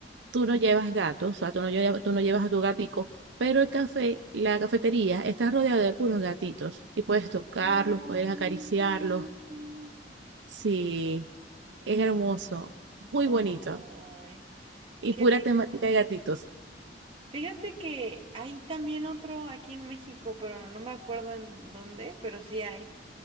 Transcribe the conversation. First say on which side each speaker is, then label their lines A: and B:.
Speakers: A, on the right; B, on the right.
A: tú no llevas gatos, o sea, tú no llevas, tú no llevas a tu gatico, pero el café, la cafetería está rodeada de puros gatitos y puedes tocarlos,
B: Ay,
A: puedes acariciarlos
B: qué hermoso.
A: Sí, es hermoso, muy
B: Ay,
A: bonito y
B: qué
A: pura
B: lindo.
A: temática de gatitos.
B: Fíjate que hay también otro aquí en México, pero no me acuerdo en dónde, pero sí hay.